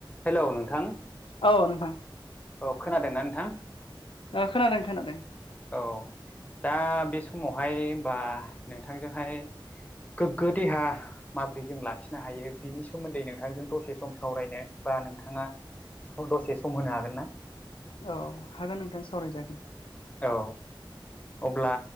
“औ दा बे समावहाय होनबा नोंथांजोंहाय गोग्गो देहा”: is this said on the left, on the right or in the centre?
Left